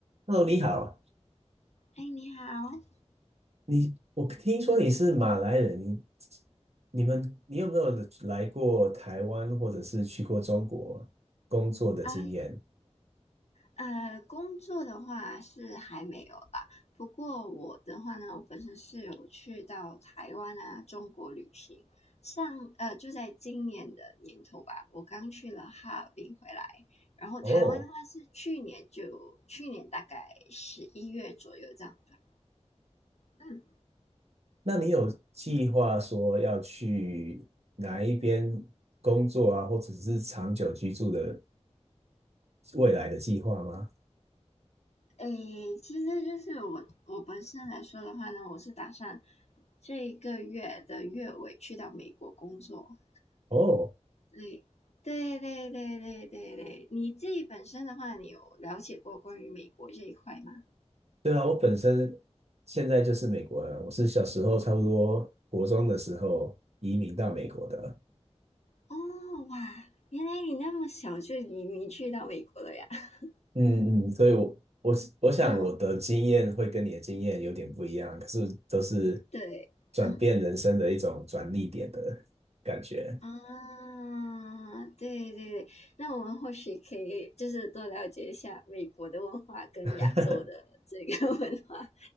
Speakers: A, on the right; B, on the left.
A: Hello，你好，
B: 哎，你好
A: 你我听说你是马来人，你你们你有没有来过台湾或者是去过中国工作的经验？
B: 啊，呃，工作的话是还没有啦。不过我的话呢，我本身是有去到台湾啊、中国旅行。上呃，就在今年的年头吧，我刚去了哈尔滨回来。然后台湾的话是去年就去年大概十一月左右这样吧。
A: 哦，
B: 嗯，
A: 那你有计划说要去哪一边工作啊，或者是长久居住的未来的计划吗？
B: 诶，其实就是我我本身来说的话呢，我是打算这一个月的月尾去到美国工作。
A: 哦，
B: 对，对对对对对对，你自己本身的话，你有了解过关于美国这一块吗？
A: 对啊，我本身现在就是美国人，我是小时候差不多国中的时候移民到美国的。
B: 哦，哇，原来你那么小就移民去到美国了呀？<laughs>
A: 嗯嗯，所以我我我想我的经验会跟你的经验有点不一样，
B: 嗯，
A: 可是都是
B: 对，
A: 转变人生的一种转捩点的感觉。
B: 嗯啊，对对对，那我们或许可以就是多了解一下美国的文化跟亚洲的这个
A: <laughs>
B: <laughs> 文化。